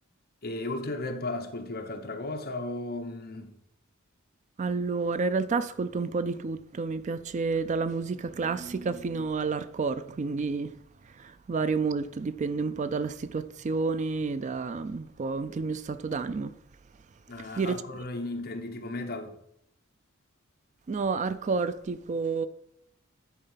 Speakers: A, on the left (about 45°); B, on the right (about 35°).
A: E oltre al rap ascolti qualche altra cosa o mh,
B: Allora, in realtà ascolto un po' di tutto, mi piace dalla musica classica fino all'hardcore, quindi vario molto, dipende un po' dalla situazione e da un po' anche il mio stato d'animo.
A: eh,
B: Di
A: hardcore
B: recente,
A: in- intendi tipo metal?
B: no, hardcore tipo